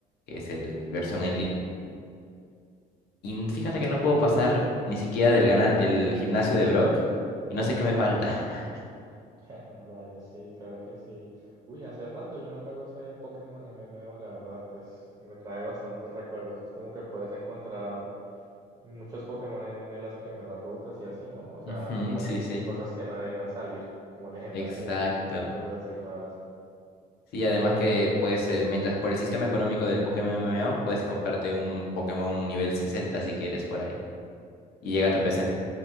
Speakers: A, on the left; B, on the right.
A: que es el versión en línea. Y fíjate que no puedo pasar ni siquiera del gana- el gimnasio de Brock. Y no sé qué me falta. <laughs>
B: <laughs> Vale, sí, claro que sí. Uy, hace rato yo no juego ese Pokémon MMO, la verdad, es, me trae bastantes recuerdos. Es como que puedes encontrar Muchos Pokémon en, en las primeras rutas y así, ¿no? O sea,
A: Ujú,
B: como
A: sí,
B: de
A: sí.
B: cosas que no deberían salir, como legendarios
A: Exacto.
B: y, y cosas así raras.
A: Sí, además que pues eh, mientras por el sistema económico del Pokémon MMO, puedes comprarte un Pokémon nivel 60 si quieres por ahí. Y llega a tu PC.